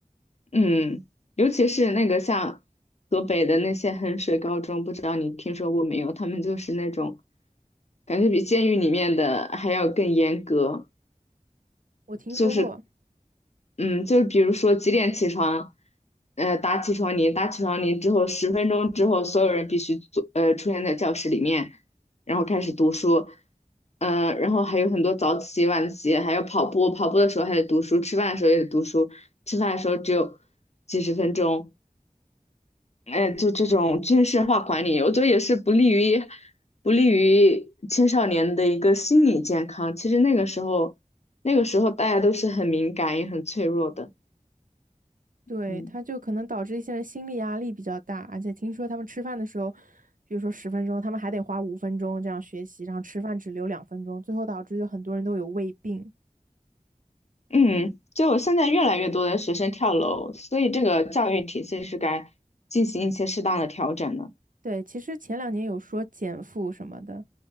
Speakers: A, on the left; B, on the right.
A: 嗯，尤其是那个像河北的那些衡水高中，不知道你听说过没有？他们就是那种感觉比监狱里面的还要更严格，
B: 我听说过
A: 就是，嗯，就是比如说几点起床，呃，打起床铃，打起床铃之后，十分钟之后，所有人必须坐，呃，出现在教室里面，然后开始读书，嗯、呃然后还有很多早起、晚起，还有跑步，跑步的时候还得读书，吃饭的时候也得读书，吃饭的时候只有几十分钟，哎，就这种军事化管理，我觉得也是不利于不利于青少年的一个心理健康。其实那个时候，那个时候大家都是很敏感也很脆弱的。
B: 对，
A: 嗯
B: 他就可能导致一些人心理压力比较大，而且听说他们吃饭的时候，比如说十分钟，他们还得花五分钟这样学习，然后吃饭只留两分钟，最后导致就很多人都有胃病。
A: 嗯，就现在越来越多的学生跳楼，所以这个教育体系是该进行一些适当的调整的。
B: 对，其实前两年有说减负什么的，